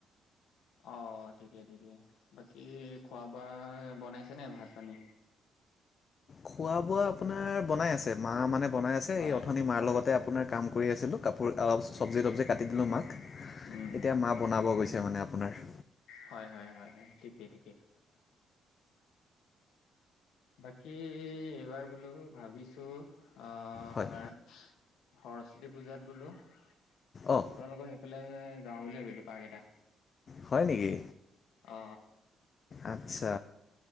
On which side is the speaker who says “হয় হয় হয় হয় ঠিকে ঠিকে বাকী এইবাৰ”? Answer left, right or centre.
Left